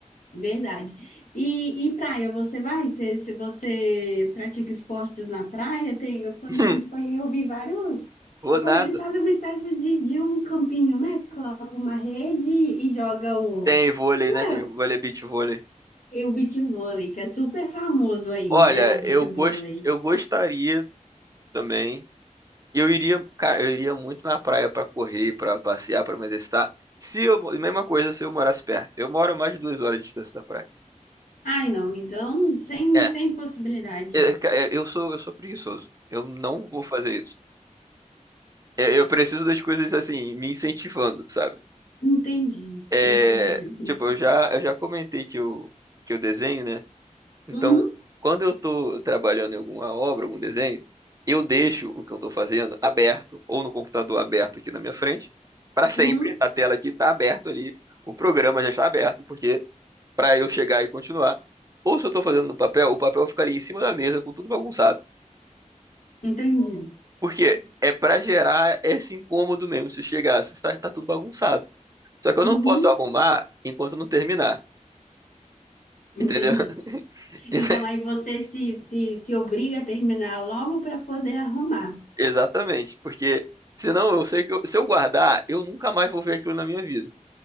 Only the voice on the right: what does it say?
<laughs>
Vou
nada.
Tem vôlei,
né? Tem
vôlei, beach vôlei.
Olha,
eu
gost... eu gostaria também E Eu iria, cara, eu iria muito na praia pra correr, pra passear, pra me exercitar. Se eu, mo- mesma coisa se eu morasse perto. Eu moro a mais de duas horas de distância da praia.
É,
é, ca- é, eu sou, eu sou preguiçoso. Eu não vou fazer isso. É, Eu preciso das coisas assim, me incentivando, sabe?
É,
tipo, eu já, eu já comentei que eu, que eu desenho, né? Então,
quando eu estou trabalhando em alguma obra, algum desenho, eu deixo o que eu estou fazendo aberto, ou no computador aberto aqui na minha frente, para sempre.
A tela aqui está aberta ali, o programa já está aberto, porque para eu chegar e continuar. Ou se eu estou fazendo no papel, o papel fica ali em cima da mesa com tudo bagunçado.
Porque é para gerar esse incômodo mesmo, se chegasse, tá, tá tudo bagunçado. Só que eu
não posso arrumar enquanto não terminar,
entendeu? <laughs>
Exatamente, porque senão eu sei que eu- se eu guardar, eu nunca mais vou ver aquilo na minha vida.